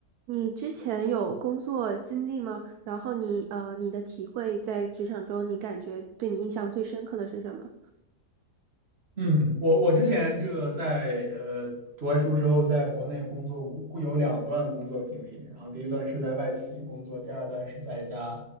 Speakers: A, on the right (about 75°); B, on the right (about 40°).
A: 你之前有工作经历吗？然后你呃，你的体会在职场中，你感觉对你印象最深刻的是什么？
B: 嗯，我我之前这个在呃读完书之后，在国内工作过有两段工作经历，然后第一段是在外企工作，第二段是在一家